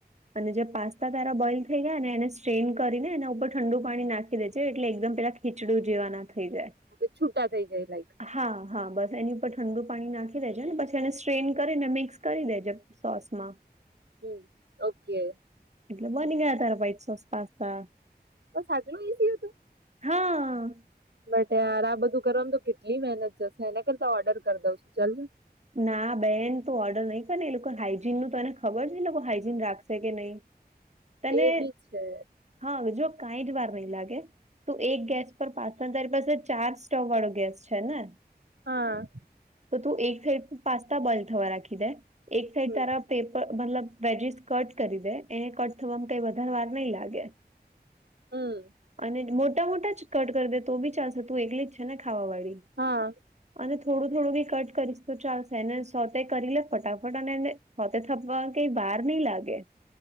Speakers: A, on the right; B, on the right.
A: અને જે પાસ્તા તારા બોઇલ થઈ ગયા ને એને સ્ટ્રેન કરીને એના ઉપર ઠંડુ પાણી નાખ. દેજે એટલે એકદમ પેલા ખીચડું જેવા ના થઈ જાય...
B: ઓ કે છૂટા થઈ જાય લાઈક...
A: હા હા બસ એની ઉપર ઠંડુ પાણી નાખી દેજે ને પછી એને સ્ટ્રેન કરીને મિક્સ કરી દેજે... સોસમાં...
B: હમ ઓ કે...
A: એટલે બની ગયા તારા વ્હાઇટ સોસ પાસ્તા...
B: બસ આટલું ઈઝી હતું.
A: હા...
B: બટ યાર આ બધું કરવાનું તો કેટલી મહેનત જશે એના કરતા ઓર્ડર કરી દઉ છું ચાલ...
A: ના બેન તું ઓર્ડર ન‌ઈ કર ની એ લોકો હાઈજીનનુ તને એને ખબર છે એ લોકો હાઈજીન રાખશે કે ન‌ઈ.... તને
B: એ બી છે
A: હા જો કાઈ જ વાર ન‌ઈ લાગે... તો એક ગેસ પર <unintelligible> તારી પાસે ચાર સ્ટવ વાળો ગેસ છે ને?
B: હા.
A: તો તું એક સાઈડ પાસ્તા બોઈલ થવા રાખી દે એક સાઈડ
B: હમ
A: તારા... પેપર મતલબ વેજીસ કટ કરી દે એને કટ થવામાં કઈ વધારે વાર નહી લાગે...
B: હમ
A: અને મોટા મોટા જ... કટ કરી દે તો બી ચાલશે. તું એકલી જ છે ને ખાવા વાળી?
B: હા.
A: અને થોડું થોડું બી કટ કરીશ તો ચાલશે ને સોતે કરી લે. ફટાફટ અને એને ફતે થપવા કઈ ભાર નહી લાગે.